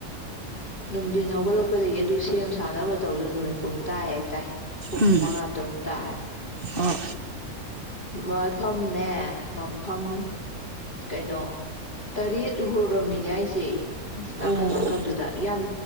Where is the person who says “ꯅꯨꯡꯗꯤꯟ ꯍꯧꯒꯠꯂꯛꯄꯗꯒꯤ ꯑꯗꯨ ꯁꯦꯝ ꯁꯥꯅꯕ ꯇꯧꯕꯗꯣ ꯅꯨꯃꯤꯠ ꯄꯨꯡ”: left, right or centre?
Left